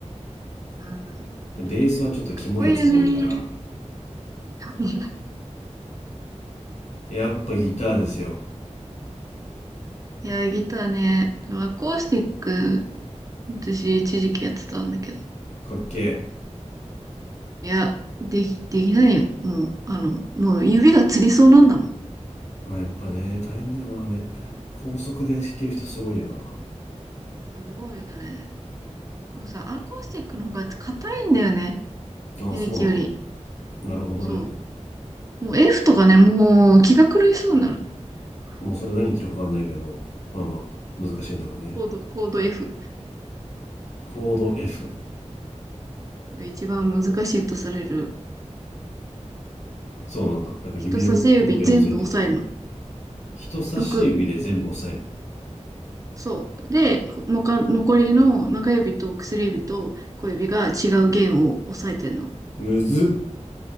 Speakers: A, on the right (about 30°); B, on the left (about 70°).
A: うん
B: で、ベースはちょっとキモいやつが多いから。
A: かっこいいよね。<laughs>
B: やっぱギターですよ。
A: いや、ギターね。アコースティック、私一時期やってたんだけど。
B: かっけえ。
A: いや、でき、できないよ。もう、あの、もう指がつりそうなんだもん。
B: まあやっぱね、大変だよな、あれ。高速で弾ける人すごいよ
A: すごいよね。でもさ、アコースティックの方が硬いんだよね。
B: な。ああ、
A: エレキより。
B: そうなんだ。なるほどね。
A: そう。もう F とかね、もう気が狂いそうになる。
B: もうそれ何言ってるかわかんないけど、
A: <laughs>
B: まあまあ、難しいんだろうね。
A: コード、コード F
B: コード F。
A: が一番難しいとされる。
B: そうなんだ。なんか指の動きがむずいってこと
A: 人差し指全部押さえるの。
B: 人差し指で全部押さえる。
A: 6。そう。で、のか残りの中指と薬指と小指が違う弦を押さえてんの。
B: むずっ。